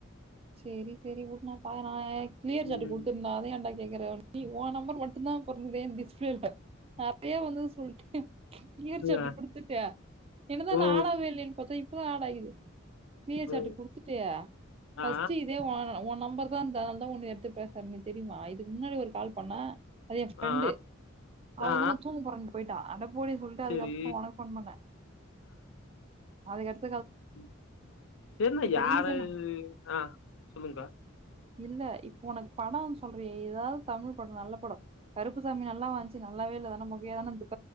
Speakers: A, on the right (about 30°); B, on the left (about 65°).
A: செரி செரி உடு நா பாக்கறே கிளியர் சாட்டு
B: ம்
A: குடுத்துருந்தே அத ஏன்டா கேக்குறே நீ ஒ நம்பர் மட்டுந்தா அப்ப இருந்தே <unintelligible> அப்பயே வந்து சொல்ட்டே கிளியர் சாட்டு
B: அ.
A: குடுத்துட்டே என்னது இன்னு
B: ஓ
A: ஆட் ஆகவே இல்லையேனு பாத்தா இப்பதா ஆட் ஆயிக்குது கிளியர் சாட்டு
B: ஓ
A: குடுத்துட்டு ஃபஸ்ட்டு
B: ஆ
A: இதே ஒன்னதுதா உன் நம்பர்தா இருந்துது அதனாலதா உன்ன எடுத்து பேசறன்னு தெரியுமா இதுக்கு முன்னாடி ஒரு கால் பண்ணே அது என் ஃப்ரெண்டு
B: ஆ
A: அவ
B: ஆ
A: வந்து நா தூங்க போறன்ட்டு போயிட்டா அதா போடின்னு சொல்ட்டு
B: செரி
A: அதுக்கப்புறோ ஒனக்கு ஃபோன் பண்ணே அதுக்கடுத்
B: ம் தெர்ல யாரு
A: ரீசன்
B: ஆ சொல்லுங்க்கா
A: இல்ல இப்ப ஒனக்கு படோன்னு சொல்றயே எதாவது தமிழ் படோ நல்ல படோ கருப்பு சாமி நல்லாவா இந்ச்சு நல்லாவே இல்ல அது என்ன மொக்கையாதான இர்ந்